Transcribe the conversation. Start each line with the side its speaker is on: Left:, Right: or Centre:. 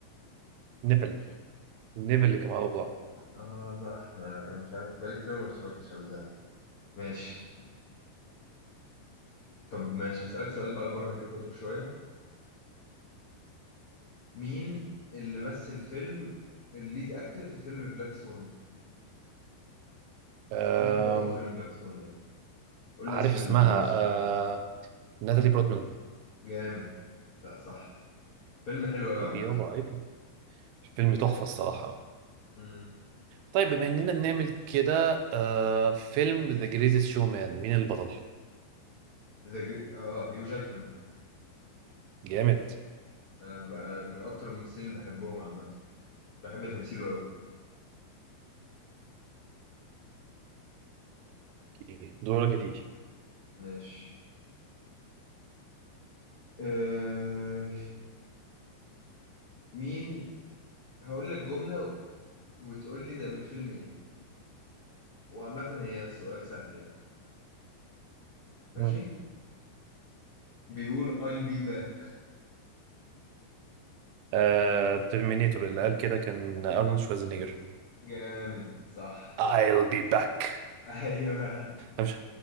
Right: نبل النبل اللي كان مع بعض
Left: آه صح أنا أنا مش عارف بقالي كتير ما اتفرجتش على ده ماشي طب ماشي هسألك سؤال بقى بره هاري بوتر شوية مين اللي مثل فيلم الليد أكتر في فيلم بلاك سون؟
Right: آم،
Left: مين بطل فيلم بلاك سون يعني؟ قول
Right: عارف
Left: لي اسم
Right: اسمها
Left: الممثل
Right: آه ناتالي بروتمان
Left: جامد لا صح فيلم حلو أوي
Right: عيب
Left: عامة
Right: يابا عيب الفيلم تحفة الصراحة
Left: مم.
Right: طيب بما اننا بنعمل كده آه فيلم ذا جريتست شو مان مين البطل؟
Left: ذا جري... اه هيو جاكمان
Right: جامد
Left: انا بقى من اكتر الممثلين اللي بحبهم عامه بحب تمثيله قوي
Right: اوكي. دورك يا تيجي
Left: ماشي أه... مين هقول لك جمله وتقول لي ده من فيلم ايه وعامه هي سؤال سهل يعني ماشي
Right: مم.
Left: بيقول I'll be back
Right: آه ترمينيتور اللي قال كده كان ارنولد شوازينيجر
Left: جامد صح
Right: I'll be back
Left: <laughs> ايوه
Right: انا مش